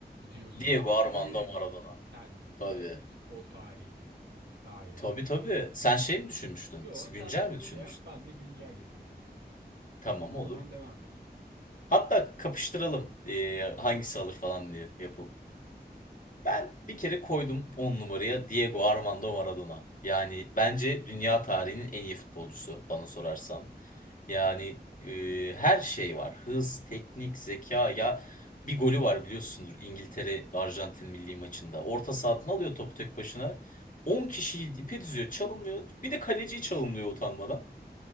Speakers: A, on the right (about 80°); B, on the left (about 50°).
A: Diyorsun
B: Diego
A: ha
B: Armando
A: öyleli.
B: Maradona.
A: Sen
B: Tabii.
A: bütün futbol tarihini dahil et.
B: Tabii tabii. Sen şey mi düşünmüştün?
A: Yo sen
B: Güncel mi düşünmüştün?
A: öyle yap ben de güncel yapacağım.
B: Tamam
A: Sen oradan
B: olur.
A: devam et.
B: Hatta kapıştıralım eee, hangisi alır falan diye yapıp. Ben bir kere koydum 10 numaraya Diego Armando Maradona. Yani bence dünya tarihinin en iyi futbolcusu bana sorarsan. Yani eee, her şey var. Hız, teknik, zeka ya bir golü var biliyorsundur İngiltere Arjantin milli maçında. Orta sahadan alıyor topu tek başına. on kişiyi ipe diziyor, çalınmıyor. Bir de kaleciyi çalınmıyor utanmadan.